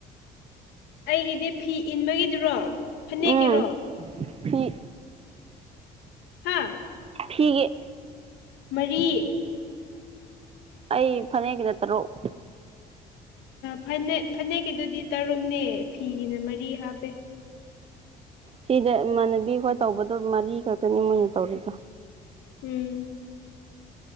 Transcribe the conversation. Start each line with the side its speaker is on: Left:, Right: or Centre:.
Left: ꯑꯩꯒꯤꯗꯤ ꯐꯤ ꯏꯟꯕꯒꯤꯗꯨꯔꯣ ꯐꯅꯦꯛꯀꯤꯔꯣ
Right: ꯎꯝ ꯐꯤ
Left: ꯍꯥ
Right: ꯐꯤꯒꯤ
Left: ꯃꯔꯤ꯫
Right: ꯑꯩ ꯐꯅꯦꯛꯒꯤꯗ ꯇꯔꯨꯛ꯫
Left: ꯐꯅꯦꯛ ꯐꯅꯦꯛꯀꯤꯗꯨꯗꯤ ꯇꯔꯨꯛꯅꯦ ꯐꯤꯒꯤꯅ ꯃꯔꯤ ꯍꯥꯞꯄꯦ꯫
Right: ꯁꯤꯗ ꯏꯃꯥꯟꯅꯕꯤꯈꯣꯏ ꯇꯧꯕꯗꯣ ꯃꯔꯤ ꯈꯛꯇꯅꯤ ꯃꯣꯏꯅ ꯇꯧꯔꯤꯗꯣ꯫
Left: ꯎꯝ꯫